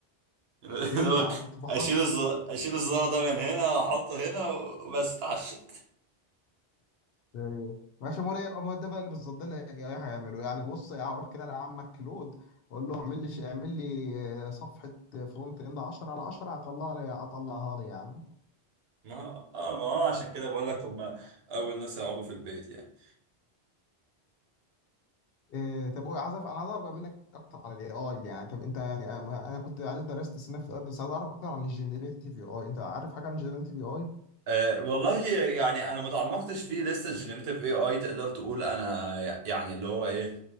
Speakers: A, on the right (about 70°); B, on the left (about 65°).
A: <laughs> اللي
B: ايه
A: هو
B: يا عم طبخه
A: اشيل الزر اشيل الزرار ده من هنا واحطه هنا وبس اتعشت
B: يعني ماشي موري ما ده بقى اللي بالظبط ده اللي هي- هيعمله يعني بص يعني هروح كده لعمك كلود اقول له اعمل لي ش- اعمل لي آه، صفحه فرونت اند 10 على 10 هطلع لي هطلعها لي يا عم
A: ما اه ما هو عشان كده بقول لك هم اول ناس يقعدوا في البيت يعني
B: إيه طب هو عايز أعرف- انا عايز اعرف بقى منك اكتر على الاي اي يعني طب انت يعني انا أنا كنت عارف درست السنه في ال إيه آي، بس عايز اعرف اكتر عن الجنريتيف اي اي انت عارف حاجه عن الجنريتيف اي اي
A: أه والله يعني انا ما تعمقتش فيه لسه الجنريتيف اي اي تقدر تقول انا يعني اللي هو ايه